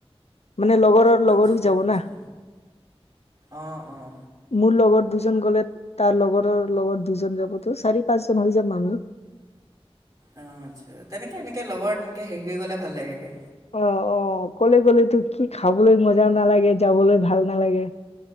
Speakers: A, on the left (about 80°); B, on the right (about 30°).
A: মানে লগৰৰ লগৰ
B: আচ্ছা
A: যাব
B: আচ্ছা
A: না,
B: অঁ অঁ
A: মোৰ লগত। দুজন গ'লে তাৰ লগৰৰ লগত দুজন যাবতো চাৰি পাঁচজন হৈ যাম মানুহ।
B: অ আচ্ছা তেনেকে এনেকে লগৰ তেনেকে হেৰি কৰি গলে ভাল লাগে।
A: অ অ অকলে অকলেটো কি খাবলৈ মজা নালাগে যাবলৈ ভাল নালাগে।